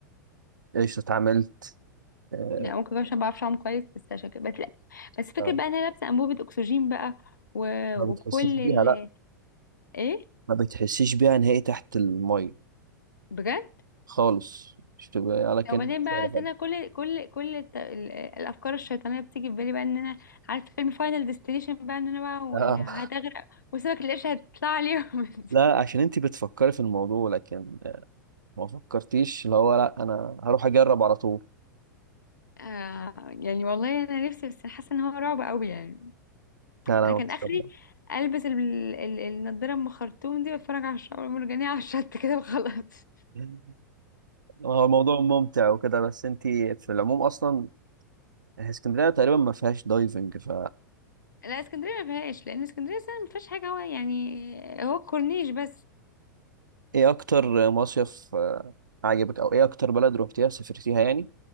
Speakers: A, on the right; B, on the left.
A: فايش اتعاملت آه،
B: لا ممكن بقى عشان ما بعرفش اعوم كويس بس عشان كده بس لا بس فكرة
A: آه،
B: بقى ان انا لابسه انبوبه اكسجين بقى و...
A: ما
B: وكل
A: بتحسيش بيها
B: ال...
A: لا
B: ايه
A: ما بتحسيش بيها نهائي تحت الميه
B: بجد
A: خالص مش بتبقى على كان
B: وبعدين
A: مش
B: بقى
A: شايله
B: أصل
A: حاجه
B: انا كل كل كل الت... ال- الافكار الشيطانيه بتيجي في بالي بقى ان انا عارفه فيلم فاينل ديستنيشن بقى ان انا بقى وال...
A: آه،
B: هتغرق وسمك القرش هتطلع عليهم <laughs>
A: لا عشان انت بتفكري في الموضوع لكن ما فكرتيش اللي هو لا انا هروح اجرب على طول
B: آه يعني والله انا نفسي بس حاسه ان هو رعب قوي يعني
A: لا لا
B: انا
A: ما
B: كان
A: فكرتش.
B: اخري البس ال... ال... النضاره ام خرطوم دي واتفرج على الشعب المرجانيه على الشط كده وخلاص
A: <laughs> هو الموضوع ممتع وكده بس انت في العموم اصلا اسكندريه تقريبا ما فيهاش دايفنج ف
B: لا اسكندريه ما فيهاش لان اسكندريه اصلا ما فيهاش حاجه هو يعني هو الكورنيش بس
A: ايه اكتر مصيف آه، عجبك او ايه اكتر بلد روحتيها سافرتيها يعني